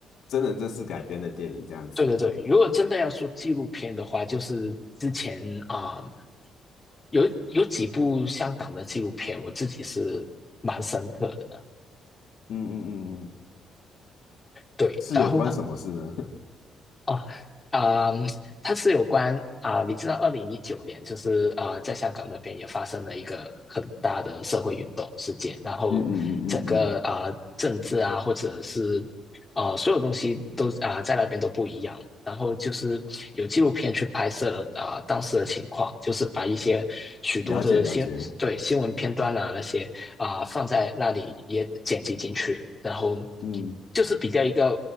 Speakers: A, on the left; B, on the left.
A: 真人真事改编的电影这样子。
B: 对对对，如果真的要说纪录片的话，就是之前啊、嗯有有几部香港的纪录片，我自己是蛮深刻的，
A: 嗯嗯嗯嗯，
B: 对，
A: 是有关什么事呢？
B: 然后
A: <laughs>
B: 哦，啊，它是有关啊、你知道，二零一九年就是啊、呃在香港那边也发生了一个很大的社会运动事件，然后整个啊、
A: 嗯嗯嗯嗯嗯，嗯
B: 呃政治啊，或者是啊所有东西都啊、呃在那边都不一样。然后就是有纪录片去拍摄了啊、呃当时的情况，就是把一些许多的新对新闻片段啊那些啊、
A: 了解了解，
B: 放在那里也剪辑进去，然后
A: 嗯，
B: 就是比较一个